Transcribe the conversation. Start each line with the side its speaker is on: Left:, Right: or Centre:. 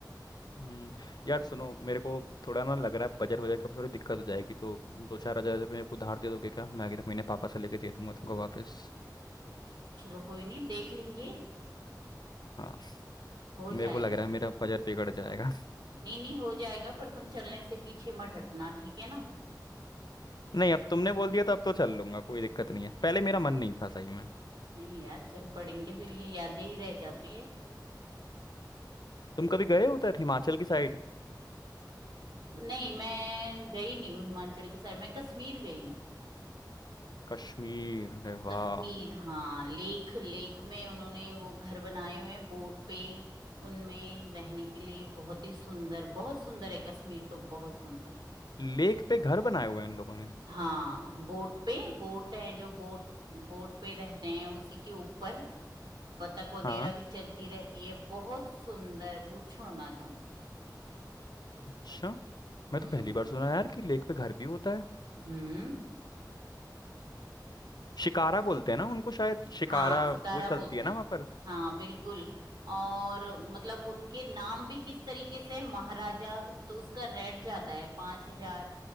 Left: हम्म यार सुनो मेरे को थोड़ा ना लग रहा है बजट बजट का थोड़ी दिक्कत हो जाएगी तो दो चार हजार रुपये मेरे को उधार दे दोगे क्या मैं अगले महीने पापा से लेके दे दूंगा तुमको वापस
Right: चलो कोई नहीं देख लेंगे
Left: हाँ
Right: हो
Left: मेरे
Right: जाएगा
Left: को लग रहा है मेरा बजट बिगड़ जाएगा
Right: नहीं नहीं हो जाएगा पर तुम चलने से पीछे मत हटना ठीक है ना
Left: <laughs> नहीं अब तुमने बोल दिया तो अब तो चल लूंगा कोई दिक्कत नहीं है पहले मेरा मन नहीं था सही में
Right: नहीं यार चल पड़ेंगे फिर ये यादें ही रह जाती है
Left: तुम कभी गए हो उधर हिमाचल की साइड
Right: नहीं मैं गई नहीं हूँ हिमाचल के साइड मैं कश्मीर गई हूँ
Left: कश्मीर अरे वाह
Right: कश्मीर हाँ लेक लेक में उन्होंने वो घर बनाए हुए हैं बोट पे उनमें रहने के लिए बहुत ही सुंदर बहुत सुंदर है कश्मीर तो बहुत सुंदर
Left: लेक पे घर बनाए हुए हैं उन लोगों ने
Right: हाँ बोट पे बोट है जो बोट बोट पे रहते हैं उसी के ऊपर बतख वगैरह
Left: हाँ
Right: भी चलती रहती है बहुत सुंदर पूछो ना तुम
Left: अच्छा
Right: हम्म
Left: मैं तो पहली बार सुना यार कि लेक पे घर भी होता है
Right: हम्म
Left: शिकारा बोलते हैं ना उनको शायद शिकारा
Right: हाँ सिकारा
Left: वो चलती
Right: बोलते
Left: है ना
Right: हैं
Left: वहाँ पर
Right: हाँ बिल्कुल और मतलब उनके नाम भी किस तरीके से हैं, महाराजा तो उसका रेट ज्यादा है पांच हजार